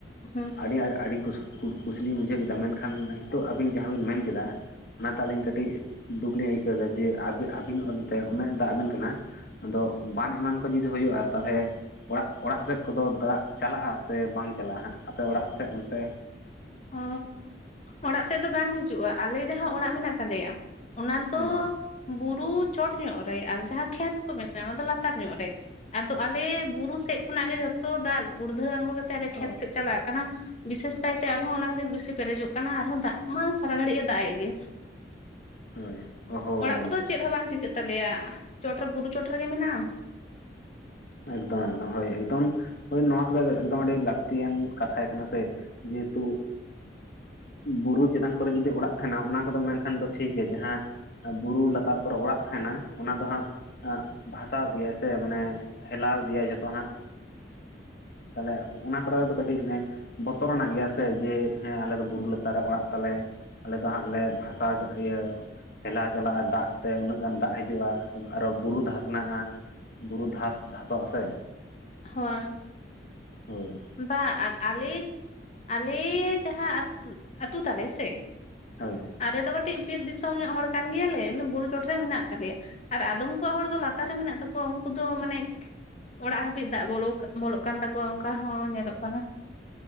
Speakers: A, on the left; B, on the left.
A: ᱦᱩᱸ
B: ᱟᱹᱰᱤ ᱟᱹᱰᱤ ᱠᱩ ᱠᱩᱥᱞᱤᱤᱧ ᱵᱩᱡᱷᱟᱹᱣ ᱠᱮᱫᱟ ᱢᱮᱱᱠᱷᱟᱱ ᱱᱤᱛᱚᱜ ᱟᱹᱵᱤᱱ ᱡᱟᱦᱟᱸ ᱵᱤᱱ ᱢᱮᱱ ᱠᱮᱫᱟ ᱚᱱᱟᱛᱮ ᱟᱹᱞᱤᱧ ᱠᱟᱹᱴᱤᱡ ᱫᱩᱠ ᱞᱤᱧ ᱟᱹᱭᱠᱟᱹᱣ ᱮᱫᱟ ᱡᱮ ᱟᱹᱵᱤᱱ ᱟᱹᱵᱤᱱᱛᱮ ᱩᱱᱟᱹᱜ ᱫᱟᱜ ᱟᱹᱵᱤᱱ ᱠᱟᱱᱟ ᱟᱫᱚ ᱵᱟᱱ ᱮᱢᱟᱱ ᱠᱚ ᱡᱩᱫᱤ ᱦᱩᱭᱩᱜᱼᱟ ᱛᱟᱦᱞᱮ ᱚᱲᱟᱜ ᱚᱲᱟᱜ ᱥᱮᱫ ᱠᱚᱫᱚ ᱫᱟᱜ ᱪᱟᱞᱟᱜᱼᱟ ᱥᱮ ᱵᱟᱝ ᱪᱟᱞᱟᱜᱼᱟ ᱦᱟᱸᱜ ᱟᱯᱮ ᱚᱲᱟᱜ ᱥᱮᱫ ᱚᱱᱛᱮ?
A: ᱚ ᱚᱲᱟᱜ ᱥᱮᱫ ᱫᱚ ᱵᱟᱝ ᱦᱤᱡᱩᱜᱼᱟ ᱟᱞᱮ ᱡᱟᱦᱟᱸ ᱚᱲᱟᱜ ᱢᱮᱱᱟᱜ ᱛᱟᱞᱮᱭᱟ ᱚᱱᱟ ᱫᱚ
B: ᱦᱩᱸ
A: ᱵᱩᱨᱩ ᱪᱚᱴ ᱧᱚᱜ ᱨᱮ ᱟᱨ ᱡᱟᱦᱟᱸ ᱠᱷᱮᱛ ᱠᱚ ᱢᱮᱱᱟᱜ-ᱟ ᱚᱱᱟ ᱫᱚ ᱞᱟᱛᱟᱨ ᱧᱚᱜ ᱨᱮ ᱾ ᱟᱫᱚ ᱟᱞᱮ ᱵᱩᱨᱩ ᱥᱮᱫ ᱠᱷᱚᱱᱟᱜ ᱜᱮ ᱡᱷᱚᱛᱚ ᱫᱟᱜ ᱜᱩᱲᱫᱷᱟᱹᱣ ᱟᱲᱜᱚ ᱠᱟᱛ ᱛᱮ ᱟᱞᱮ ᱠᱷᱮᱛ
B: ᱚ
A: ᱥᱮᱫ ᱪᱟᱞᱟᱜ ᱠᱟᱱᱟ ᱵᱤᱥᱮᱥ ᱠᱟᱭ ᱛᱮ ᱟᱨᱦᱚᱸ ᱚᱱᱟ ᱠᱷᱟᱹᱛᱤᱨ ᱵᱮᱥᱤ ᱯᱮᱨᱮᱡᱚᱜ ᱠᱟᱱᱟ ᱟᱨᱦᱚᱸ ᱫᱟᱜ ᱢᱟ ᱥᱟᱨᱟ ᱜᱷᱟᱹᱲᱤᱡ ᱮ ᱫᱟᱜ ᱮᱫ ᱜᱮ ᱾
B: ᱦᱩᱸ, ᱚ ᱦᱳᱭ ᱦᱳᱭ
A: ᱠᱚᱫᱚ ᱪᱮᱫ ᱦᱚᱸ ᱵᱟᱝ ᱪᱤᱠᱟᱹᱜ ᱛᱟᱞᱮᱭᱟ ᱪᱚᱴᱨᱮ ᱵᱩᱨᱩ ᱪᱚᱴ ᱨᱮᱜᱮ ᱢᱮᱱᱟᱜᱼᱟ ᱾
B: ᱮᱠᱫᱚᱢ ᱮᱠᱫᱚᱢ ᱦᱳᱭ ᱮᱠᱫᱚᱢ ᱦᱳᱭ ᱱᱚᱣᱟ ᱠᱚᱫᱚ ᱮᱠᱫᱚᱢ ᱟᱹᱰᱤ ᱞᱟᱹᱠᱛᱤᱭᱟᱱ ᱠᱟᱛᱷᱟᱭ ᱠᱟᱱᱟ ᱥᱮ ᱾ ᱡᱮᱦᱮᱛᱩ ᱵᱩᱨᱩ ᱪᱮᱛᱟᱱ ᱠᱚᱨᱮ ᱡᱩᱫᱤ ᱚᱲᱟᱜ ᱛᱟᱦᱮᱱᱟ ᱚᱱᱟ ᱠᱚᱫᱚ ᱢᱮᱱᱠᱷᱟᱱ ᱫᱚ ᱴᱷᱤᱠ ᱜᱮᱭᱟ ᱡᱟᱸᱦᱟ ᱟ ᱵᱩᱨᱩ ᱞᱟᱛᱟᱨ ᱠᱚᱨᱮᱜ ᱚᱲᱟᱜ ᱛᱟᱸᱦᱮᱱᱟ, ᱚᱱᱟ ᱫᱚ ᱦᱟᱸᱜ ᱵᱷᱟᱥᱟᱣ ᱤᱫᱤᱭᱟᱭ ᱥᱮ ᱢᱟᱱᱮ ᱦᱮᱞᱟᱣ ᱤᱫᱤᱭᱟ ᱡᱷᱚᱛᱚ ᱦᱟᱸᱜ, ᱛᱟᱦᱞᱮ ᱚᱱᱟ ᱠᱚᱨᱮ ᱫᱚ ᱠᱟᱹᱴᱤᱡ ᱚᱱᱮ ᱵᱚᱛᱚᱨ ᱟᱱᱟᱜ ᱜᱮᱭᱟ ᱥᱮ, ᱡᱮ ᱦᱮᱸ ᱟᱞᱮ ᱫᱚ ᱵᱩᱨᱩ ᱞᱟᱛᱟ ᱨᱮ ᱚᱲᱟᱜ ᱛᱟᱞᱮ᱾ ᱟᱞᱮ ᱫᱚ ᱦᱟᱸᱜ ᱞᱮ ᱵᱷᱟᱥᱟᱣ ᱡᱚᱜ ᱤᱭᱟᱹ ᱴᱷᱮᱞᱟᱣ ᱪᱟᱞᱟᱜᱼᱟ ᱫᱟᱜ ᱛᱮ ᱩᱱᱟᱹᱜ ᱜᱟᱱ ᱫᱟᱜ ᱦᱤᱡᱩᱜᱼᱟ, ᱟᱨᱚ ᱵᱩᱨᱩ ᱫᱷᱟᱥᱱᱟᱜ-ᱟ᱾ ᱵᱩᱨᱩ ᱫᱷᱟᱥ ᱫᱷᱟᱥᱚᱜ-ᱟ ᱥᱮ,
A: ᱦᱳᱭ
B: ᱦᱳᱭ᱾
A: ᱵᱟᱝ ᱟᱞᱮ ᱟᱞᱮ ᱡᱟᱸᱦᱟ ᱟᱹᱛᱩ ᱛᱟᱞᱮ ᱥᱮ
B: ᱦᱳᱭ᱾
A: ᱟᱞᱮ ᱫᱚ ᱠᱟᱹᱴᱤᱡ ᱵᱤᱨ ᱫᱤᱥᱚᱢ ᱧᱚᱜ ᱦᱚᱲ ᱠᱟᱱ ᱜᱮᱭᱟ ᱞᱮ, ᱤᱱᱟᱹ ᱵᱩᱨᱩ ᱪᱚᱴ ᱨᱮ ᱢᱮᱱᱟᱜ ᱠᱟᱜ ᱞᱮᱭᱟ᱾ ᱟᱨ ᱟᱫᱚᱢ ᱠᱚᱣᱟᱜ ᱦᱚᱲ ᱫᱚ ᱞᱟᱛᱟᱨ ᱨᱮ ᱢᱮᱱᱟᱜ ᱛᱟᱠᱚᱣᱟ ᱩᱱᱠᱩ ᱫᱚ ᱢᱟᱱᱮ ᱚᱲᱟᱜ ᱦᱟᱹᱵᱤᱡ ᱫᱟᱜ ᱵᱚᱞᱚ ᱵᱚᱞᱚᱜ ᱠᱟᱱ ᱛᱟᱠᱚᱣᱟ ᱚᱱᱠᱟ ᱦᱚᱸ ᱧᱮᱞᱚᱜ ᱠᱟᱱᱟ᱾